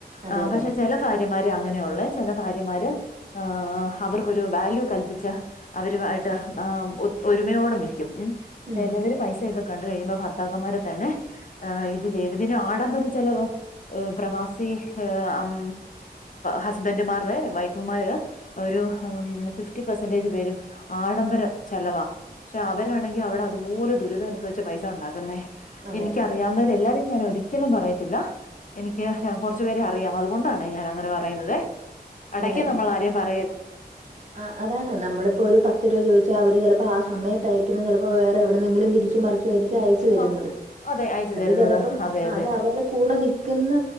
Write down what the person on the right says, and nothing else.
അതെ
അതെ
ഉം
അതെ
അതെ
അതെ
ആ അതാണ് നമ്മളിപ്പോ ഒരു പത്ത് രൂപ ചോദിച്ചാ അവര് ചിലപ്പോ ആ സമയത്ത് തയക്കുന്നത് ചിലപ്പോ വേറെ എവിടുന്നെങ്കിലും തിരിച്ചുംമറിച്ചു ആയിരിക്കും അയച്ചു തരുന്നത്
അത്
ചിലപ്പം
ആ
അത് അവരുടെ കൂടെ നിക്കുന്ന